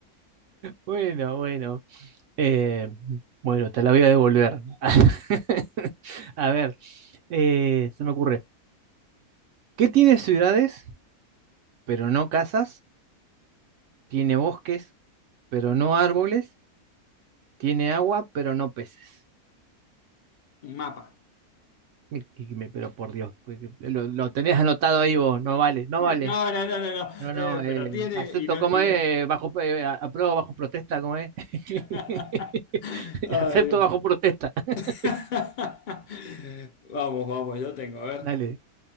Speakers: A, on the right (about 65°); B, on the left (about 60°).
A: Bueno, bueno, eh, bueno, te la voy a devolver. <laughs> A ver, eh, se me ocurre, ¿qué tiene ciudades, pero no casas? Tiene bosques, pero no árboles. Tiene agua, pero no peces.
B: Un mapa.
A: Y- y me- Pero por Dios, pues, lo, lo tenés anotado ahí vos, no vale, no vale.
B: No, no, no, no, no.
A: No,
B: Eh,
A: no, eh,
B: pero tiene
A: acepto,
B: y no,
A: ¿cómo
B: y
A: es?
B: no-
A: Bajo, eh, a- apruebo bajo protesta, ¿cómo es? <laughs>
B: <laughs> Ay,
A: Acepto
B: Dios.
A: bajo protesta. <laughs>
B: <laughs> Vamos, vamos, yo tengo, a ver.
A: Dale,